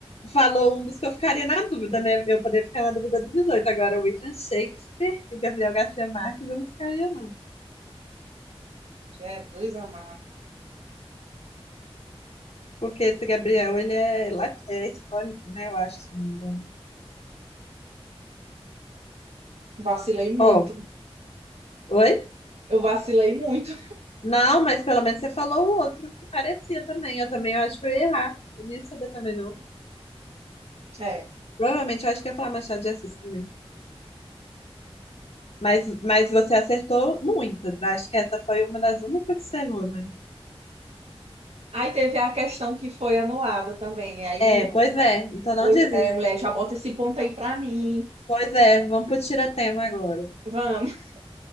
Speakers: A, on the left; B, on the right.
A: falou um dos que eu ficaria na dúvida, né? Eu poderia ficar na dúvida desses dois. Agora, William Shakespeare e Gabriel Garcia Marques, eu não ficaria, não.
B: Jesus amado.
A: Porque esse Gabriel, ele é, lat- é hispânico, né? Eu acho, se não me engano.
B: Vacilei muito.
A: Ó, oi?
B: Eu vacilei muito.
A: Não, mas pelo menos você falou o outro que parecia também. Eu também eu acho que eu ia errar. Eu não ia saber também, não.
B: É.
A: Provavelmente eu acho que ia falar Machado de Assis também. Mas, mas você acertou muitas. Acho que essa foi uma das únicas que você errou, né?
B: Aí teve a questão que foi anulada também. Aí,
A: É, pois é. Então não
B: pois
A: diz
B: é,
A: isso.
B: mulher, já bota esse ponto aí pra mim.
A: Pois é, vamos pro tiratema agora.
B: Vamos.